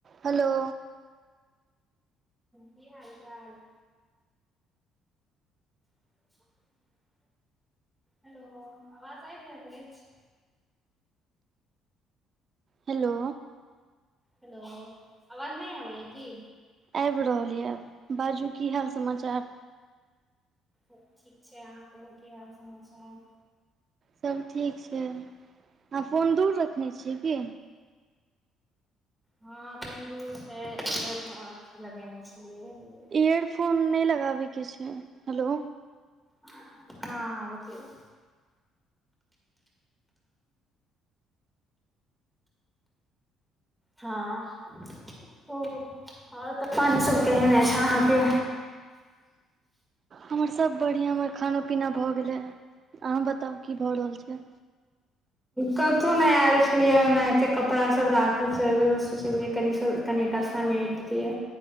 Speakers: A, on the right (about 35°); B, in the centre.
A: हलो
B: की हाल चाल <inaudible> हेलो आवाज आइब रहल अछी
A: हेलो
B: हेलो आवाज नहि आबैया की
A: आबि रहल यए बाजू की हाल समाचार
B: ठीक छै अहाँ कहूं की हाल समाचार
A: सब ठीक छै अहाँ फोन दूर रखने छियै की
B: हँ अखन दूर छै एयर फोन अथि लगेने छलिए
A: इयरफोन नहि लगाबैके छै हेलो
B: हँ हँ रोकियौ रुकियो हँ ओहो आओर तऽ पानी सब केने छै अहाँके
A: हमर सब बढ़िया हमर खाना पीना भए गेले हे अहाँ बताउ की भए रहल छै
B: कथु ने आयल छलियै ने एते कपड़ा सब राखल छले सोचलियै कनी सब कनिटा समेट दिय